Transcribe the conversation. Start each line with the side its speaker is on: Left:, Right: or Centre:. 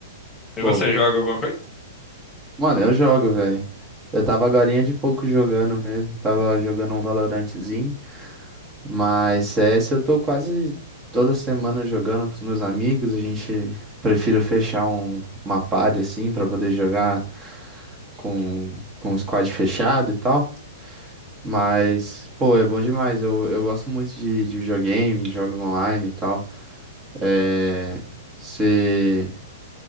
Left: E
Right: Pô,
Left: você joga alguma coisa?
Right: Mano, eu jogo, velho. Eu tava agorinha de pouco jogando mesmo, tava jogando um Valorantezinho, mas CS eu tô quase toda semana jogando com os meus amigos, a gente prefiro fechar um, uma party assim pra poder jogar com, com o squad fechado e tal, mas pô, é bom demais, eu, eu gosto muito de, de videogame, jogos online e tal. É... Você